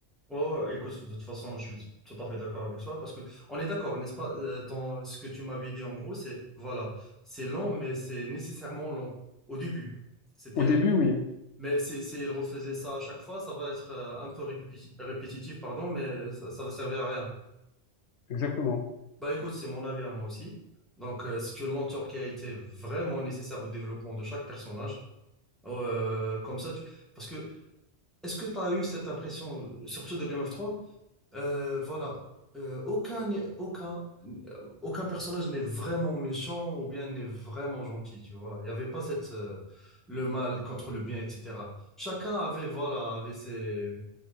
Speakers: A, in the centre; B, on the left.
A: Ouais, ouais, écoute, de toute façon, je suis tout à fait d'accord avec toi parce que on est d'accord, n'est-ce pas? Euh, ton- ce que tu m'avais dit en gros, c'est voilà, c'est lent, mais c'est nécessairement long au début. C'était
B: Au début, oui,
A: Mais si, s'il refaisait ça à chaque fois, ça va être euh, un peu répéti- répétitif, pardon, mais ça, ça va servir à rien.
B: exactement.
A: Bah écoute, c'est mon avis à moi aussi. Donc, euh, c'est une lenteur qui a été vraiment nécessaire au développement de chaque personnage. Oh, Euh, comme ça, tu... Parce que, est-ce que tu as eu cette impression, surtout de Game of Thrones? Euh, voilà, Euh, aucun, n'est- aucun, aucun personnage n'est vraiment méchant ou bien n'est vraiment gentil, tu vois. Il n'y avait pas cette, euh, le mal contre le bien, etc. Chacun avait, voilà, avait ses...